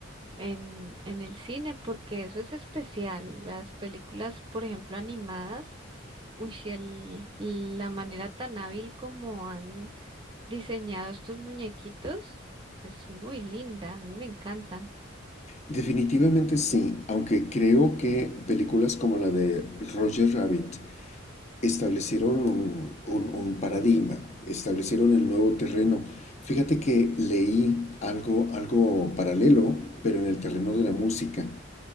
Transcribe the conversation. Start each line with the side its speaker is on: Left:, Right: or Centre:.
Right: en, en el cine, porque eso es especial. Las películas, por ejemplo, animadas, uy, si el, la manera tan hábil como han diseñado estos muñequitos es muy linda, a mí me encantan.
Left: Definitivamente sí, aunque creo que películas como la de Roger Rabbit establecieron un, un- un paradigma, establecieron el nuevo terreno. Fíjate que leí algo, algo paralelo, pero en el terreno de la música.